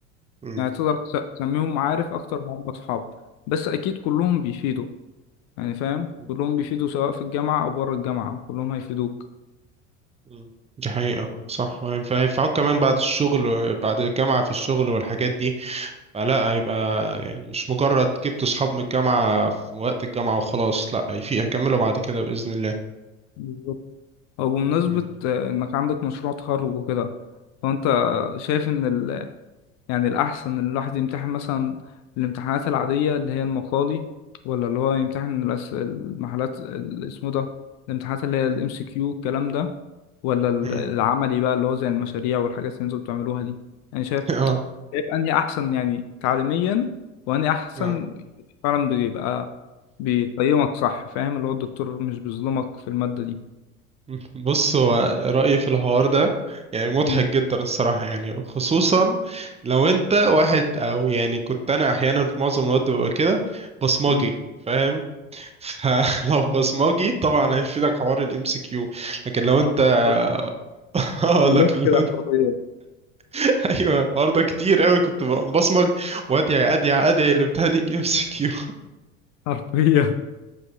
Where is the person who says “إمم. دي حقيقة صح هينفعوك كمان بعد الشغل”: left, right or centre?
Right